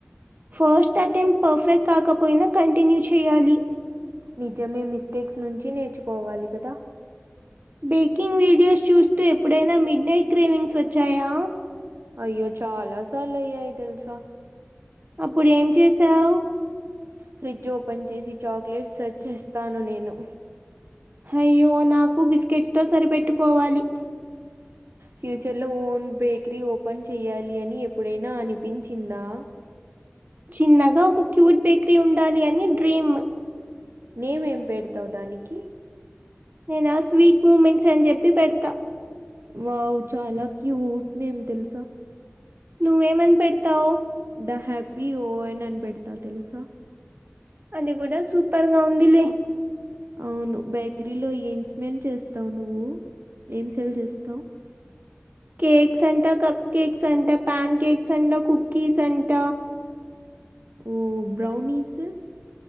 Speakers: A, on the right; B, on the right.
A: ఫస్ట్ అటెంప్ట్ పర్ఫెక్ట్ కాకపోయినా కంటిన్యూ చేయాలి
B: నిజమే మిస్టేక్స్ నుంచి నేర్చుకోవాలి కదా
A: బేకింగ్ వీడియోస్ చూస్తూ ఎప్పుడైనా మిడ్ నైట్ క్రేవింగ్స్ వచ్చాయా
B: అయ్యో చాలా సార్లు అయ్యాయి తెలుసా
A: అప్పుడు ఏం చేసావ్
B: ఫ్రిడ్జ్ ఓపెన్ చేసి చాక్లెట్స్ సెర్చ్ చేస్తాను నేను
A: హయ్యో నాకు బిస్కెట్స్ తో సరిపెట్టుకోవాలి
B: ఫ్యూచర్ లో ఓన్ బేకరీ ఓపెన్ చెయాలి అని ఎప్పుడైనా అనిపించిందా
A: చిన్నగా ఒక క్యూట్ బేకరీ ఉండాలి అని డ్రీమ్
B: నేమ్ ఏం పెడతావు దానికి
A: నేనా స్వీట్ మూమెంట్స్ అని చెప్పి పెడతా
B: వావ్ చాలా క్యూట్ నేమ్ తెలుసా
A: నువ్వేమని పెడతావ్
B: ద హ్యాపీ ఓన్ అని పెడతా తెలుసా
A: అది కూడా సూపర్ గా ఉంది లే
B: అవును బేకరీలో ఏం స్మెల్ చేస్తావు్ నువ్వు ఏం సెల్ చేస్తావు్
A: కేక్స్ అంట కప్ కేక్స్ అంట ప్యాన్ కేక్స్ అంట కుకీస్ అంట
B: ఓ బ్రౌనీీస్